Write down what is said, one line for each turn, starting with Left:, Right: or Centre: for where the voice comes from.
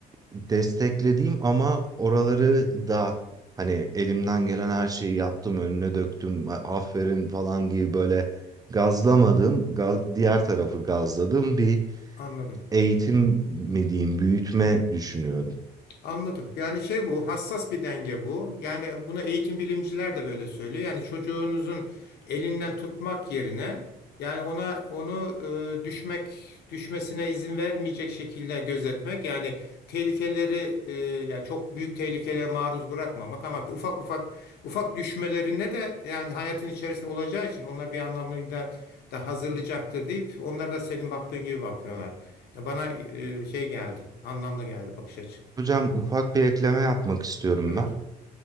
Right: desteklediğim ama oraları da hani elimden gelen her şeyi yaptım, önüne döktüm, aferin falan gibi böyle gazlamadım, gaz- diğer tarafı gazladım. Bir
Left: Anladım.
Right: eğitim mi diyeyim, büyütme düşünüyorum.
Left: Anladım. Yani şey bu, hassas bir denge bu. Yani buna eğitim bilimciler de böyle söylüyor. Yani çocuğunuzun elinden tutmak yerine yani ona onu e, düşmek düşmesine izin vermeyecek şekilde gözetmek. Yani tehlikeleri e, yani çok büyük tehlikelere maruz bırakmamak ama ufak ufak ufak düşmelerine de yani hayatın içerisinde olacağı için onlar bir anlamıyla da hazırlayacaktır deyip onlar da senin baktığın gibi bakıyorlar. Ya bana e, şey geldi, anlamlı geldi bakış açın.
Right: Hocam ufak bir ekleme yapmak istiyorum
Left: Tabii
Right: ben.
Left: ki.